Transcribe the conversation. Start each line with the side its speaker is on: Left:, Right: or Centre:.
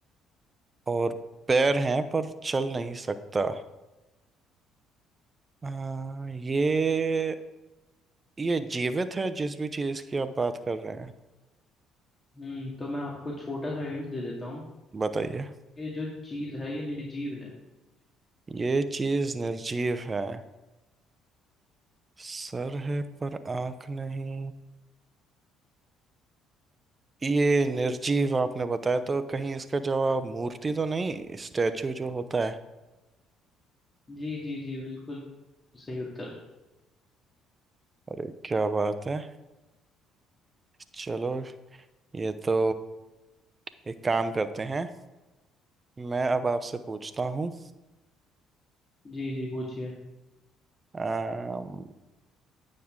Right: और पैर हैं पर चल नहीं सकता आ, ये ये जीवित है जिस भी चीज की आप बात कर रहे हैं
Left: हम्म तो मैं आपको छोटा सा हिंट दे देता हूँ
Right: बताइए
Left: ये जो चीज है ये निर्जीव है
Right: ये चीज निर्जीव है सर है पर आंख नहीं ये निर्जीव आपने बताया तो कहीं इसका जवाब मूर्ति तो नहीं स्टैचू जो होता है
Left: जी जी जी बिल्कुल सही उत्तर
Right: अरे क्या बात है चलो ये तो एक काम करते हैं मैं अब आपसे पूछता हूँ
Left: जी जी पूछिए
Right: अम,